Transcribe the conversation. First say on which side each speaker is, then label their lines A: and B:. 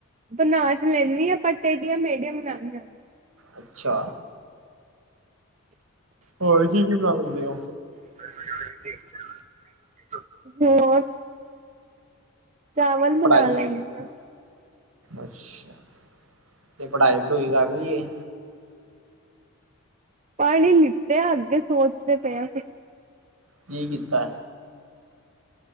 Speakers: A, on the right; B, on the right.
A: ਬਣਾ ਤੇ ਲੈਂਣੀ ਆਂ ਪਰ ਟੇਡੀਆਂ-ਮੇਡੀਆਂ ਬਣਾਣੀ ਆਂ।
B: ਅੱਛਾ, ਹੋਰ ਕੀ-ਕੀ ਬਣਾ ਲੈਂਦੇ ਓ?
A: <unintelligible> ਹੋਰ। ਚਾਵਲ ਬਣਾ
B: ਪੜ੍ਹਾਈ
A: ਲੈਂਣੀ ਆਂ।
B: ਅੱਛਾ ਤੇ ਪੜ੍ਹਾਈ-ਪੜੁਈ ਕਰ ਲੀਏ?
A: ਪੜੱ ਈ ਲਿੱਤਾ ਅੱਗੇ ਸੋਚਦੇ ਪਏ ਆਂ ਕੁਛ
B: ਕੀ ਕੀਤਾ ਐ?